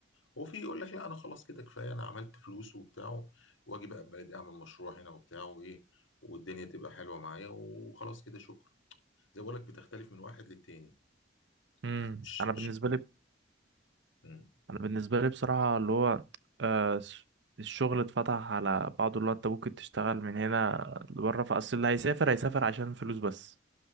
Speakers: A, on the left (about 80°); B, on the right (about 65°).
A: وفي يقول لك لا انا خلاص كده كفايه انا عملت فلوس وبتاع واجي بقى بلدي اعمل مشروع هنا وبتاع وايه والدنيا تبقى حلوه معايا وخلاص كده شكرا زي بقول لك بتختلف من واحد للتاني
B: امم
A: يعني مش
B: انا
A: مش
B: بالنسبه لي
A: مم.
B: انا بالنسبه لي بصراحه اللي هو آه س- الشغل اتفتح على بعضه اللي هو انت ممكن تشتغل من هنا لبره فاصل اللي هيسافر هيسافر عشان فلوس بس